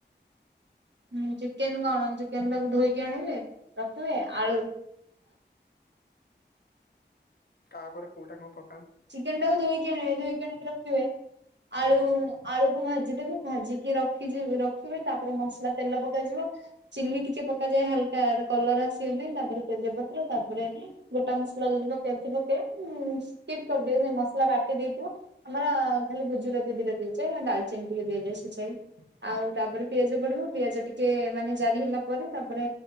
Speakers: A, on the right; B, on the left.
A: ହୁଁ ଚିକେନ କଣ ଚି ଚିକେନ ଟାକୁ ଧୋଇକି ଆଣିବେ, ରଖିବେ, ଆଳୁ
B: ତାପରେ କଉଟା କଣ ପ
A: ଚିକେନ ଟାକୁ ଧୋଇକି ଆଣିବେ ଧୋଇକି ଆଣିକି ରଖିବେ। ଆଳୁ ଆଳୁକୁ ଭାଜିଦେବେ ଭାଜିକି ରଖି ଜି ରଖିବେ ତାପରେ ମସଲା ତେଲ ପକାଯିବ। ଚିନି ଟିକେ ପକାଯାଏ ହାଲକା କଲର ଆସିବା ପାଇଁ ତାପରେ ତେଜପତ୍ର ତାପରେ ଗୋଟା ମସଲା ଯଦି ପକେଇବାର ଥିବ ପକେଇବ। ଉ ସ୍କିପ କରିଦିଅ ମସଲା ବାଟି ଦେଇଥିବ ଆମର ଖାଲି ଗୁଜୁରାତି ଦିଟା ଦିଆଯାଏ ଆଉ ଡାଲଚିନି ଟିକେ ଦିଆଯାଏ ଛେଚାହେଇ। ଆଉ ତାପରେ ପିଆଜ ପଡିବ ପିଆଜ ଟିକେ ମାନେ ଜାରି ହେଲା ପରେ ତାପରେ